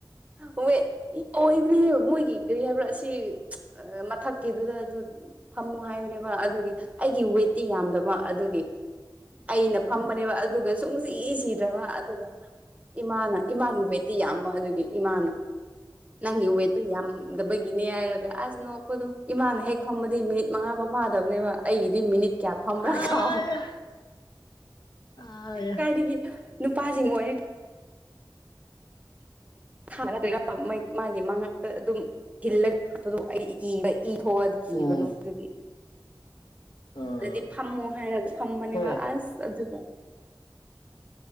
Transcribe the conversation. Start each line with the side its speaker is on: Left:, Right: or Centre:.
Right: ꯋ ꯋꯦꯠ ꯑꯣꯏ ꯅꯦ ꯃꯣꯏꯒꯤ ꯀ꯭ꯔꯤ ꯍꯥꯏꯕ꯭ꯔꯥ ꯑꯁꯤ ꯑ ꯃꯊꯛꯀꯤꯗꯨꯗ ꯑꯗꯨ ꯐꯝꯃꯣ ꯍꯥꯏꯕꯅꯦꯕ ꯑꯗꯨꯒꯤ ꯑꯩꯒꯤ ꯋꯦꯠꯇꯤ ꯌꯥꯝꯗꯕ ꯑꯗꯨꯒꯤ ꯑꯩꯅ ꯐꯝꯕꯅꯦꯕ ꯑꯗꯨꯒ ꯁꯨꯡꯁꯤ ꯁꯤꯗ꯭ꯔꯕ ꯑꯗꯨꯒ ꯏꯃꯥꯅ ꯏꯃꯥꯒꯤ ꯋꯦꯠꯇꯤ ꯌꯥꯝ ꯕ ꯑꯗꯨꯒꯤ ꯏꯃꯥꯅ ꯅꯪꯒꯤ ꯋꯦꯠꯇꯨ ꯌꯥꯝꯗꯕꯒꯤ ꯅꯤꯅꯦ ꯍꯥꯏꯔꯒꯥ ꯑꯁ ꯅꯣꯛꯄꯗꯣ ꯏꯃꯥꯅ ꯍꯦꯛ ꯐꯝꯕꯗꯤ ꯃꯤꯅꯤꯠ ꯃꯉꯥꯐꯥꯎ ꯐꯥꯗꯕꯅꯦꯕ ꯑꯩꯒꯤꯗꯤ ꯃꯤꯅꯤꯠ ꯀꯌꯥ ꯐꯝꯕ꯭ꯔꯥ
Left: ꯑꯥꯏꯌꯥ
Right: ꯈꯥꯎ
Left: ꯑꯥꯏꯌꯥ
Right: ꯀꯥꯏꯗꯒꯤ ꯅꯨꯄꯥꯖꯤꯡ ꯑꯣꯏꯔꯗ ꯑꯟꯏꯟꯇꯦꯜꯂꯤꯖꯦꯕꯜ ꯃꯥꯒꯤ ꯃꯉꯛꯇ ꯑꯗꯨꯝ ꯊꯤꯜꯂꯒ ꯑꯟꯏꯟꯇꯦꯜꯂꯤꯖꯦꯕꯜ ꯏ ꯊꯣꯛꯄ ꯀꯤꯕꯗꯣ
Left: ꯎꯝ
Right: ꯑꯗꯨꯒꯤ
Left: ꯑꯥ
Right: ꯑꯗꯨꯗꯤ ꯐꯝꯃꯣ ꯍꯥꯏꯔꯒ ꯐꯝꯕꯅꯦꯕ
Left: ꯍꯣꯏ
Right: ꯑꯁ ꯑꯗꯨꯒ